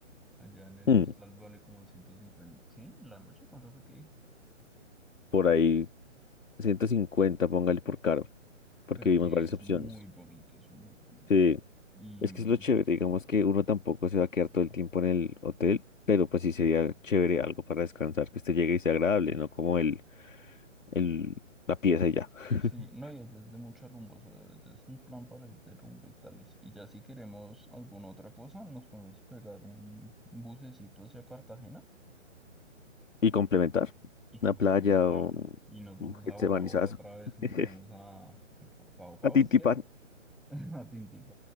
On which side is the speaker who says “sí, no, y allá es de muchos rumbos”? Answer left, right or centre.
Centre